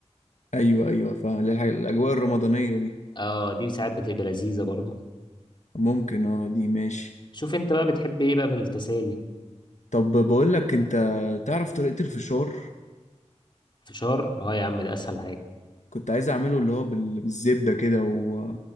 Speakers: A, on the left; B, on the left.
A: ايوه ايوه فاهم الاجواء الرمضانية دي
B: اه دي ساعات بتبقى لذيذة برضو
A: ممكن اه دي ماشي
B: شوف انت بقى بتحب ايه بقى من التسالي
A: طب بقول لك انت تعرف طريقة الفشار
B: فشار اه يا عم ده اسهل حاجة
A: كنت عايز اعمله اللي هو بال- بالزبدة كده و...